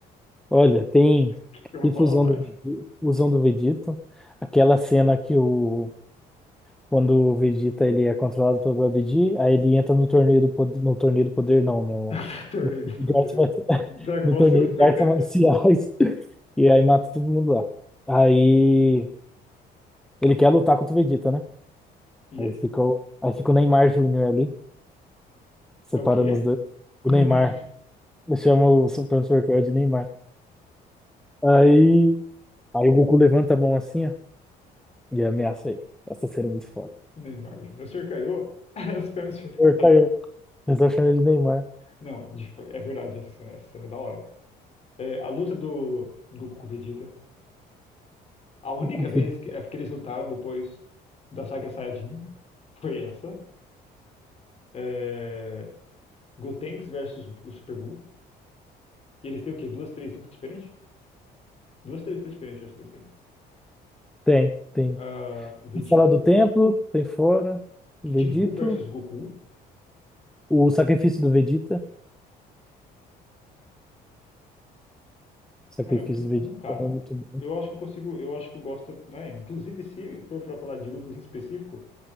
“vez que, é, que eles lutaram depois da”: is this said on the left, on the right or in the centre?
Left